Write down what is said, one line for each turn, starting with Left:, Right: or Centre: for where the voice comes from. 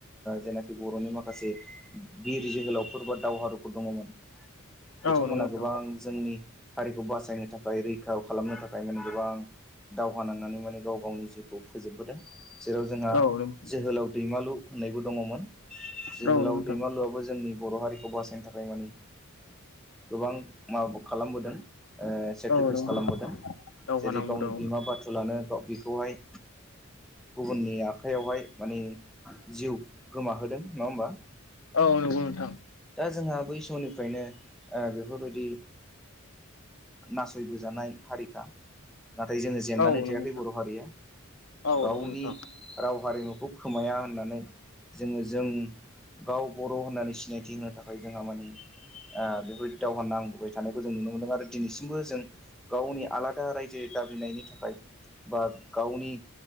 Centre: जेनाखि बर'नि माखासे बिर जोहोलावफोर बादि दावहारुफोर दङमोन बिथांमोना
Left: औ नंगौ नोंथां
Centre: गोबां जोंनि हारिखौ बासायनो थाखाय रैखा खालामनो थाखाय माने गोबां दावहा नांनानै माने गाव गावनि जिउखौ फोजोबबोदों जेराव जोंहा
Left: औ नंगौ
Centre: जोहोलाव दैमालु होननायबो दङमोन। जोहोलाव
Left: औ नंगौ नोंथां
Centre: दैमालुआबो जोंनि बर' हारिखौ खौ बासायनो थाखाय मानि गोबां माबा खालामबोदों सेक्रिफाइस
Left: औ नंगौ
Centre: खालामबोदों
Left: दावहा
Centre: जेरै
Left: नांबोदों
Centre: गावनो बिमा बाथौ बुस्थु लानो बेखौहाय गुबुननि आखाइयावहाय माने जिउ गोमाहोदों नङा होमबा?
Left: औ नंगौ नोंथां।
Centre: दा जोंहा बै समनिफ्रायनो बेफोरबायदि नासयबोजानाय हारिखा नाथाय जोङो जेननानै
Left: औ
Centre: थायाखै
Left: नंगौ नोंथां
Centre: बर' हारिया
Left: औ
Centre: गावनि।
Left: नंगौ नोंथां
Centre: राव हारिमुखौ खोमाया होननानै जोङो जों गाव बर' होननानै सिनायथि होनो थाखाय जोंहा माने बेफोरदि दावहा नांबोबाय थानायखौ जों नुनो मोनदों आरो दिनैसिमबो जों गावनि आलादा रायजो दाबिनायनि थाखाय बा गावनि